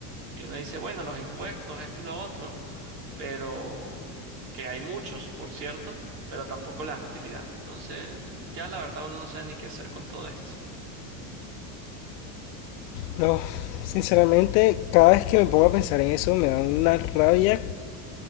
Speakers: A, on the right (about 85°); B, on the left (about 75°).
A: Y uno dice, bueno, los impuestos, esto y lo otro, pero que hay muchos, por cierto, pero tampoco le dan utilidad. Entonces, ya la verdad uno no sabe ni qué hacer con todo esto.
B: No, sinceramente, cada vez que me pongo a pensar en eso me da una rabia.